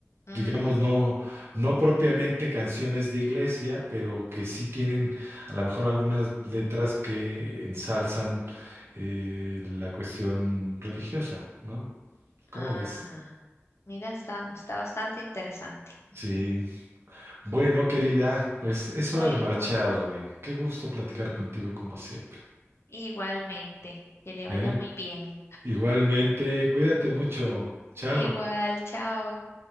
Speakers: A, on the left; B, on the right.
A: Ujú,
B: Digamos, no, no propiamente canciones de iglesia, pero que sí tienen a lo mejor algunas letras que ensalzan eh, la cuestión religiosa, ¿no? ¿Cómo
A: Ajá.
B: ves?
A: Mira, está, está bastante interesante.
B: Sí. Bueno, querida, pues es
A: Bueno,
B: hora de marcharme. Qué gusto platicar contigo como siempre,
A: igualmente, que le
B: ¿eh?
A: vaya muy bien.
B: Igualmente, cuídate mucho. Chao.
A: Igual, chao.